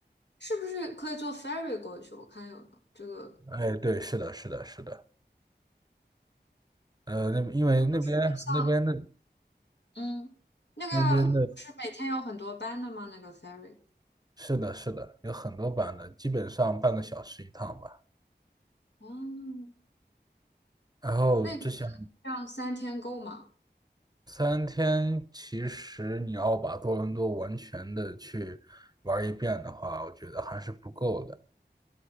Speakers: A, on the left; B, on the right.
A: 是不是可以坐 ferry 过去？我看有的这个，
B: 哎，对，是的，是的，是的。呃，那因为那边那边的
A: 这个像，嗯，那个要就是每天有很多班的吗？
B: 那边的，
A: 那个 ferry，
B: 是的，是的，有很多版的，基本上半个小时一趟吧。
A: 嗯，
B: 然后之前。
A: 那你觉得这样三天够吗？
B: 三天，其实你要把多伦多完全的去玩一遍的话，我觉得还是不够的，